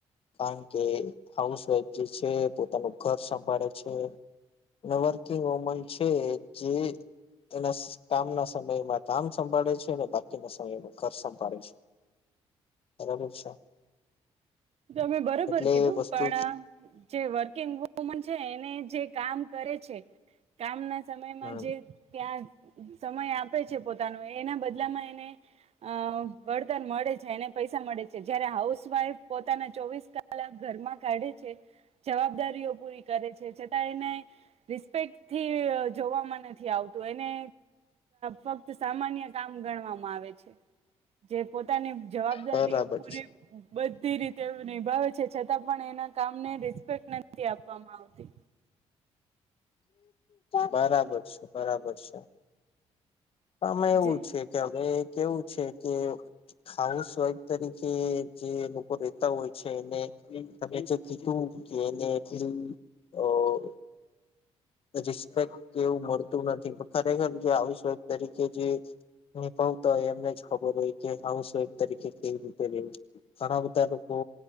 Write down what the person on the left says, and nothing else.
કારણ કે હાઉસવાઈફ જે છે પોતાનું ઘર સંભાળે છે અને વર્કિંગ વોમન છે જે એના કામના સમયમાં કામ સંભાળે છે બાકીના સમયમાં ઘર સંભાળે છે, બરાબર છે.
એટલે
વસ્તુ
હમ
બરાબર
છે
બરાબર છે, બરાબર છે. આમાં એવું
છે કે હવે કેવું છે કે હાઉસવાઈફ તરીકે જે લોકો રેતા હોય છે એને તમે જે કીધું કે એને એટલી અહ રિસ્પેક્ટ કે એવું મળતું નથી પ ખરેખર જે હાઉસવાઈફ તરીકે જે નિભાવતા હોય એમને જ ખબર હોય કે હાઉસવાઈફ તરીકે કેવી રીતે રેવુ ઘણા બધા લોકો